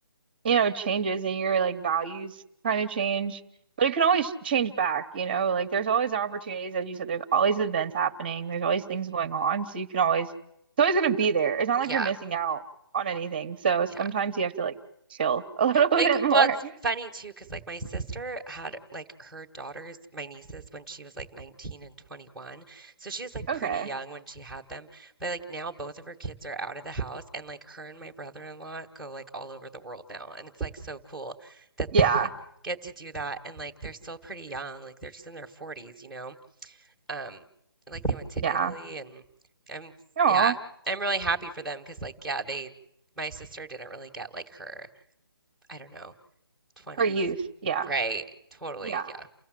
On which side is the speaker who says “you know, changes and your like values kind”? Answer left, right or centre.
Right